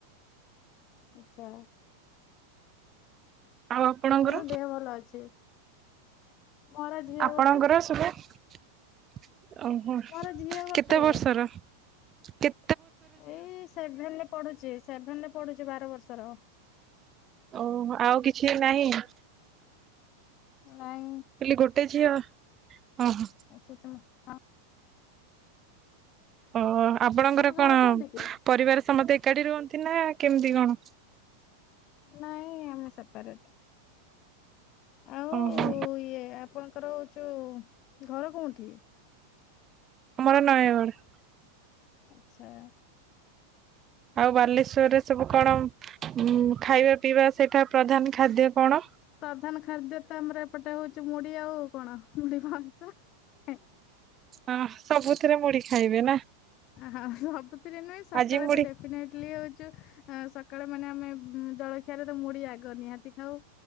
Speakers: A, on the left (about 40°); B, on the right (about 25°).
A: ଆଛା।
B: ଆଉ ଆପଣଙ୍କର
A: ହଉ ଦେହ ଭଲ ଅଛି? ମୋର ଝିଅ
B: ଆପଣଙ୍କର
A: ଗୋଟେ
B: <unintelligible> ଓହୋ
A: ମୋର ଝିଅ ଗୋଟେ
B: କେତେ ବର୍ଷର କେ
A: ଏଇ-ଇ-ଇ ସେଭେନ୍ ରେ ପଢୁଛି ସେଭେନ୍ ନେ ପଢୁଛି ବାର ବର୍ଷର।
B: ଓ ହୋ ଆଉ କିଛି ନାହିଁ?
A: ନାଇଁ।
B: କହିଲି ଗୋଟେ ଝିଅ ଅ ହଁ।
A: ଆସୁଚିମୁ ହଁ।
B: ଓ ଆପଣଙ୍କର
A: ଘର
B: କଣ
A: କୋଉଠି କି?
B: ପରିବାର ସମସ୍ତେ ଏକାଠି ରୁହନ୍ତି ନା କେମିତି କଣ?
A: ନାଇଁ-ଇ-ଇ-ଇ ଆମେ ସେପାରେଟ ଆ
B: ଓହୋ।
A: ଉ ଇଏ ଆପଣଙ୍କର ଯୋଉ ଘର କୋଉଁଠି?
B: ମୋର ନୟାଗଡ୍।
A: ଆଚ୍ଛା।
B: ଆଉ ବାଲେଶ୍ଵରରେ ସବୁ କଣ ଉଁ ଖାଇବା ପିଇବା ସେଠା ପ୍ରଧାନ ଖାଦ୍ୟ କଣ?
A: ପ୍ରଧାନ ଖାଦ୍ୟ ତ ଆମର ଏପଟେ ହଉଚି ମୁଡି ଆଉ କଣ ମୁଢି ମାଂସ। ହେଁ।
B: ଅଁ ସବୁଥିରେ ମୁଢି ଖାଇବେ ନା?
A: ଆହା ସବୁଥିରେ ନୁଏ ସକାଳେ
B: ଆଜି ମୁଢି
A: ତ ଡେ ଫିନେଟ୍ଲି ହଉଚୁ ଆଁ ସକାଳ ମାନେ ଆମେ ଉଁ ଜଳଖିଆରେ ତ ମୁଡି ଆଗ ନିହାତି ଖାଉ।